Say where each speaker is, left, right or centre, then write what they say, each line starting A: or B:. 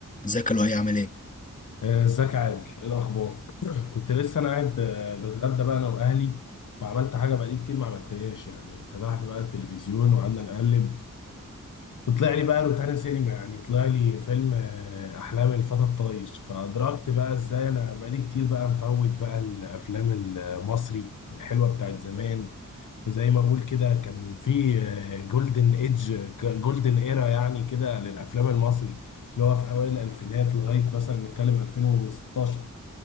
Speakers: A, on the left (about 25°); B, on the left (about 75°).
A: ازيك يا لؤي عامل ايه؟
B: آه، ازيك يا عادل ايه الاخبار <clears throat> كنت لسه انا قاعد آه، بتغدى بقى انا واهلي وعملت حاجه بقالي كتير ما عملتهاش يعني فتحت بقى التلفزيون وقعدنا نقلب وطلع لي بقى روتانا سينما يعني طلع لي فيلم آه، أحلام الفتى الطايش فأدركت بقى إزاي أنا بقالي كتير بقى مفوت بقى الأفلام المصري الحلوة بتاعت زمان وزي ما أقول كده كان في جولدن إيدج جولدن إيرا يعني كده للأفلام المصري اللي هو في أوائل الألفينات لغاية مثلا نتكلم 2016